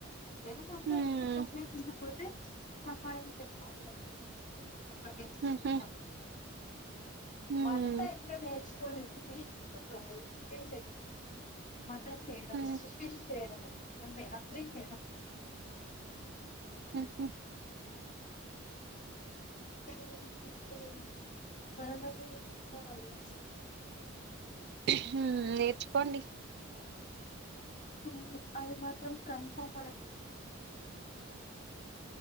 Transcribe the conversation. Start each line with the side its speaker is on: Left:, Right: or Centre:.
Left: నేను మా అమ్మ
Right: హ్మ్
Left: ఏజ్ ఉన్న తొంగే కొంచెం పోతే సహాయం చేస్తా అప్పుడు అగ్రిమెంట్ చేసి ఒకతైందే
Right: హుహు
Left: సబ్
Right: హ్మ్
Left: మనుంటాయి ఇంకా నేర్చ్ కోలేము నేర్చుకుంటా పరలా చికెన్ చేద్దామా మటన్ చేయడం
Right: హ్మ్
Left: ఇష్ట్రశేష్ చేయడం వచ్చు అంతే అప్రీ చేయడం
Right: హు హు
Left: ఇంకా ఏమి నేర్చుకోలేదని ప్రారందపి నేర్చుకోవాల్నా
Right: హు హు నేర్చుకోండి
Left: అవును అది మాత్రం కన్ఫామ్